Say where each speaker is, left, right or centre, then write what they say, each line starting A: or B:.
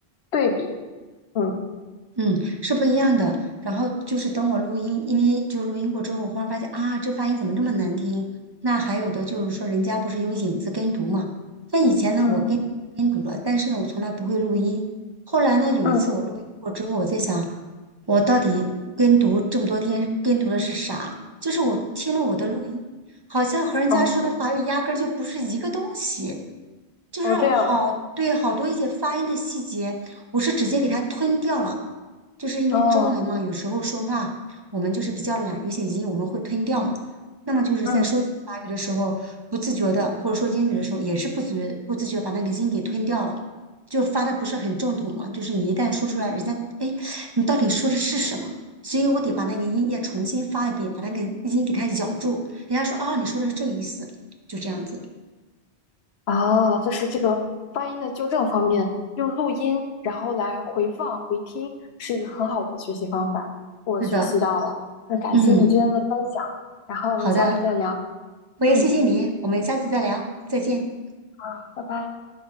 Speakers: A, on the left (about 75°); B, on the right (about 30°).
A: 对比，嗯
B: 嗯，是不一样的。然后就是等我录音，因为就录音过之后，我忽然发现啊，这发音怎么这么难听？那还有的就是说，人家不是有引子跟读嘛？那以前呢，
A: 嗯
B: 我跟跟读了，但是呢，我从来不会录音。后来呢，有一次我录音过之后，
A: 嗯，
B: 我在想，我到底跟读这么多天跟读的是啥？就是我听了我的录音，好像和人家说的法语压根儿就不是一个东西。
A: 哦
B: 就是好，
A: 哦这样，
B: 对，好多一些发音的细节，我是直接给它吞掉了，就是因为中文嘛，
A: 哦
B: 有时候说话我们就是比较懒，有些音我们会吞掉嘛。那么就是在说一些法语的时候，
A: 嗯。
B: 不自觉的，或者说英语的时候，也是不自觉不自觉把那个音给吞掉了，就发的不是很正统嘛。就是你一旦说出来，人家哎，你到底说的是什么？所以我得把那个音也重新发一遍，把那个音给它咬住，人家说哦，你说的是这个意思，就这样子。
A: 啊，就是这个发音的纠正方面，用录音然后来回放回听，是一个很好的学习方法。我学习到了，
B: 是的，
A: 那感谢你今天的分享，
B: 嗯。
A: 然后我们下次再聊。
B: 好的，我也谢谢你，
A: 嗯，
B: 我们下次再聊，再见。
A: 好拜拜。